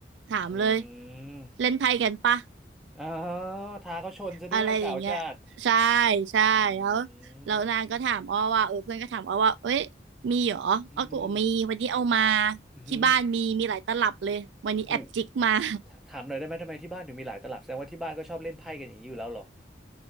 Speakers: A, on the right; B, in the centre.
A: ถามเลย
B: อืม
A: เล่นไพ่กันปะ
B: อ๋อท้าเขาชนซะด้วยเก่าจัด
A: อะไรอย่างเงี้ยใช่ใช่แล้วแล้วนางก็ถามอ้อว่าเออเพื่อนก็ถามอ้อว่าเอ้ย
B: อืม
A: มีเหรออ้อก็บอกมีวันนี้เอามา
B: อืมอือหือ
A: ที่บ้านมีมีหลายตลับเลยวันนี้แอบจิกมา
B: โอ้โหถถามหน่อยได้ไหมทำไมที่บ้านถึงมีหลายตลับแสดงว่าที่บ้านก็ชอบเล่นไพ่กันอย่างนี้อยู่แล้วเหรอ
A: <laughs>